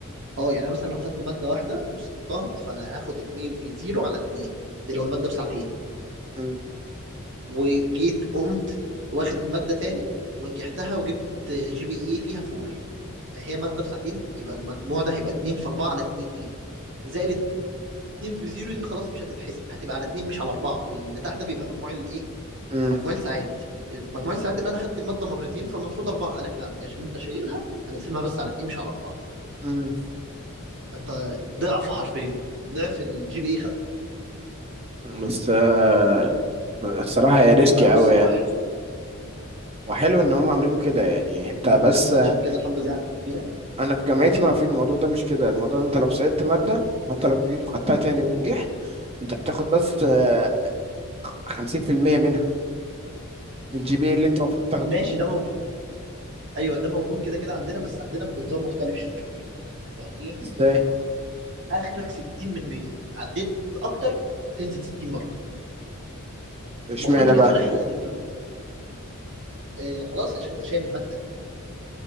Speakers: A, on the right; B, on the right.
A: اه يعني انا مثلا لو خدت ماده واحده وسقطتها فانا هاخد اتنين في زيرو على اتنين دي لو الماده بساعتين
B: مم.
A: وجيت قمت واخد المادة تاني ونجحتها وجبت جي بي اي فيها فور فهي مادة بساعتين يبقى المجموع ده هيبقى اتنين في أربعة على اتنين زائد اتنين في زيرو دي خلاص مش هتتحسب هتبقى على اتنين مش على أربعة اللي تحت ده بيبقى مجموع الإيه
B: مم.
A: مجموع الساعات مجموع الساعات إن أنا خدت المادة مرتين فالمفروض أربعة قالك لا دي عشان أنت شايلها هنقسمها بس على اتنين مش على أربعة
B: مم.
A: فأنت ضعف حرفيا ضعف الجي بي اي خدته
B: مم. بس آه، الصراحة
A: آه،
B: هي
A: مهمة
B: ريسكي
A: أوي
B: أوي
A: الصراحة
B: يعني
A: يعني
B: وحلو إن هم عاملينه كده يعني أنت
A: مم.
B: بس
A: فعشان
B: آه،
A: كده الحمد لله عديت فيها
B: أنا في جامعتي ما في الموضوع ده مش كده الموضوع أنت لو سقطت مادة حتى لو جيت وخدتها تاني ونجحت أنت بتاخد بس آه، خمسين في المية منها من جي بي إيه اللي انت المفروض تاخده
A: ماشي ده موجود ايوه ده موجود كده كده عندنا بس عندنا بنظام مختلف شويه يعني ايه
B: ازاي
A: اخرك 60 من 100 عديت اكتر تنزل 60 برضه
B: اشمعنى
A: المفروض ده كان
B: بقى
A: في اللائحه القديمه آه خلاص عشان انت شايل الماده